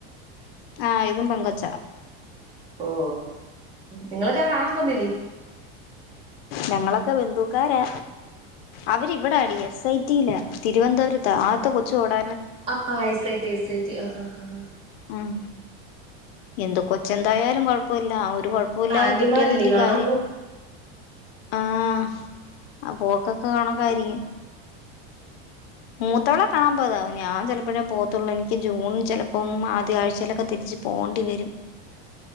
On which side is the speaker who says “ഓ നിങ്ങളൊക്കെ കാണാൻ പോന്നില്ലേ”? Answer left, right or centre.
Right